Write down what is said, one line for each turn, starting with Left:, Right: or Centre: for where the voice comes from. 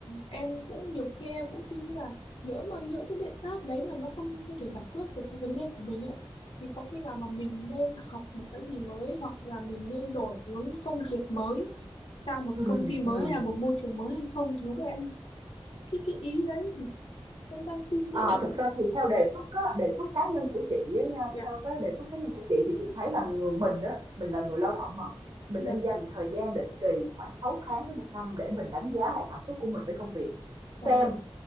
Left: em cũng nhiều khi em cũng suy nghĩ là nếu mà những cái biện pháp đấy mà nó không không thể giải quyết được cái vấn đề của mình ấy thì có khi nào mà mình nên học một cái gì mới hoặc là mình nên đổi hướng công việc mới sang một
Right: Ừ,
Left: công ty mới
Right: ừ.
Left: hay là một môi trường mới hay không thì không biết em cái cái ý đấy em đang suy nghĩ
Right: À,
Left: là
Right: thực ra thì theo đề xuất á, đề xuất cá nhân của chị á nha,
Left: dạ
Right: theo cái đề xuất cá nhân của chị thì chị thấy là người mình đó, mình là người lao động mà, mình
Left: dạ
Right: nên dành thời gian định kỳ khoảng 6 tháng đến một năm để mình đánh giá lại cảm xúc của mình với công việc,
Left: ờ,
Right: xem